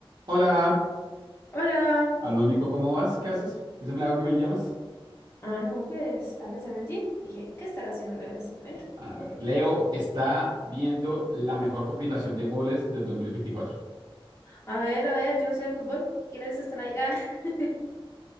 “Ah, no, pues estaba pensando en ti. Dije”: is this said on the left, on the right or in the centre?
Left